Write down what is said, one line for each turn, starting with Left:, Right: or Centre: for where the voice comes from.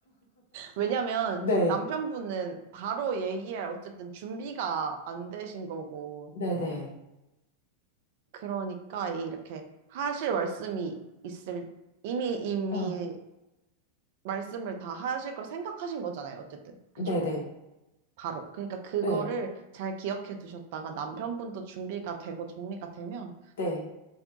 Right: 왜냐면
Left: 네.
Right: 남편분은 바로 얘기할 어쨌든 준비가 안 되신 거고
Left: 네네.
Right: 그러니까 이렇게 하실 말씀이 있을 이미 이미
Left: 어.
Right: 말씀을 다 하실 걸 생각하신 거잖아요. 어쨌든 그죠?
Left: 네네. 네.
Right: 바로. 그러니까 그거를
Left: 네.
Right: 잘 기억해 두셨다가 남편분도 준비가 되고 정리가 되면
Left: 네.